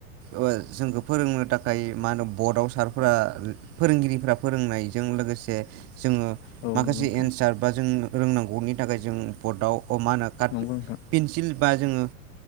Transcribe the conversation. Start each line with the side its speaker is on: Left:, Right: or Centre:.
Right: ओ जोंखौ फोरोंनो थाखाय मा होनो बदाव सारफ्रा फोरोंगिरिफ्रा फोरोंनायजों लोगोसे जोङो
Left: औ
Right: माखासे
Left: नंगौ नोंथां
Right: एन्सार बा जों रोंनांगौनि थाखाय जों बदाव अ मानो होनो कात
Left: नंगौ नोंथां
Right: पिन्सिल बा जोङो